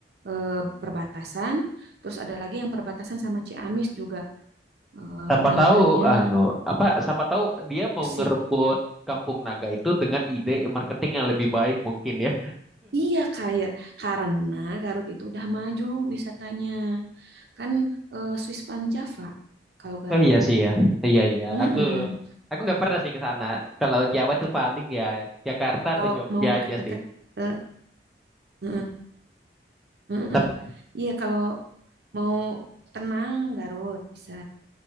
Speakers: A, on the right; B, in the centre.
A: eh, perbatasan. Terus ada lagi yang perbatasan sama Ciamis juga Eh,
B: Siapa
A: namanya
B: tahu anu apa siapa tahu dia mau
A: Besik.
B: ngerebut Kampung Naga itu dengan ide marketing yang lebih baik mungkin ya.
A: Iya kayak karena Garut itu udah maju wisatanya kan eh, Swiss Van Java kalau Garut.
B: Oh iya sih ya, iya iya.
A: Mm-mm.
B: Aku aku nggak pernah sih ke sana. Kalau Jawa tuh paling ya Jakarta
A: Kalau
B: atau Jogja
A: mau deket-deket,
B: aja sih.
A: eh, mm-mm, mm-mm.
B: Tep-
A: Iya kalau mau tenang Garut bisa.